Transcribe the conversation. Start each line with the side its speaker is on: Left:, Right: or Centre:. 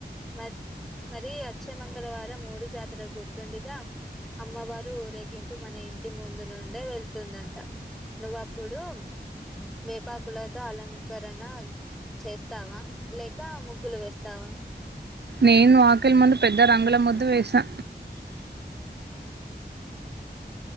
Centre: మ మరి వచ్చే మంగళవారం ఊరి జాతర గుర్తుందిగా అమ్మవారు ఊరేగింపు మన ఇంటి ముందు నుండే వెళ్తుందంట. నువ్వు అప్పుడు వేపాకులతో అలంకరణ చేస్తావా లే ఇంకా ముగ్గులు వేస్తావా
Right: నేను అకిలి ముందు పెద్ద రంగుల ము వేసా
Centre: అ